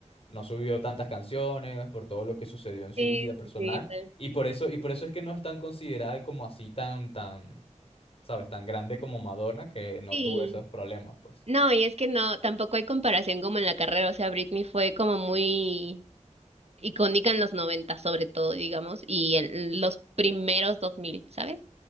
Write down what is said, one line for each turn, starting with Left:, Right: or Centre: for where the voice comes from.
Left: no subió tantas canciones por todo lo que sucedió en su
Right: Sí,
Left: vida personal.
Right: sí, sí, tal.
Left: Y por eso, y por eso es que no es tan considerada como así tan, tan, sabes, tan grande como Madonna, que no
Right: Sí.
Left: tuvo esos problemas, pues.
Right: No, y es que no, tampoco hay comparación como en la carrera. O sea, Britney fue como muy. icónica en los 90 sobre todo, digamos, y en los primeros dos mil ¿sabes?